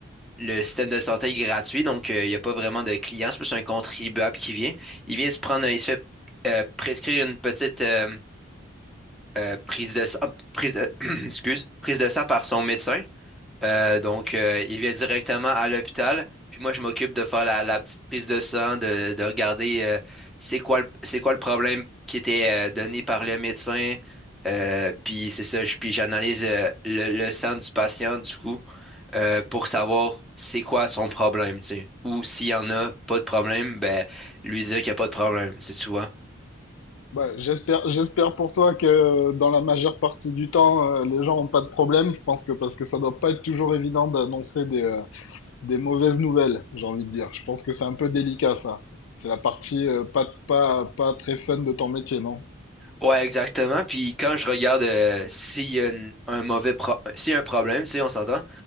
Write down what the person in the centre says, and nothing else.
le système de santé est gratuit, donc euh, il n'y a pas vraiment de clients, c'est plus un contribuable qui vient. Il vient se prendre, un- il se fait euh, prescrire une petite euh, euh, prise de sang, prise de- <clears throat> excuse, prise de sang par son médecin. Euh, donc, euh, il vient directement à l'hôpital. Puis moi, je m'occupe de faire la, la petite prise de sang, de, de regarder euh, c'est quoi le, c'est quoi le problème qui était euh, donné par le médecin. Euh, puis c'est ça, je- puis j'analyse euh, le, le sang du patient, du coup, euh, pour savoir c'est quoi son problème, tu sais. Ou s'il y en a pas de problème, ben lui dire qu'il n'y a pas de problème, tu sais, tu vois.
Ouais, exactement. Puis quand je regarde euh, s'il y a une- un mauvais pro- s'il y a un problème, tu sais, on s'entend,